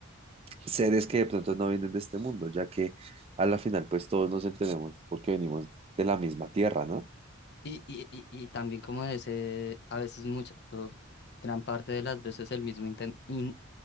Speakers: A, on the right; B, on the left.
A: seres que de pronto no vienen de este mundo, ya que a la final pues todos nos entendemos porque venimos de la misma tierra, ¿no?
B: Y, y, y, y también como de ese, a veces mucho, o gran parte de las veces el mismo inten- in-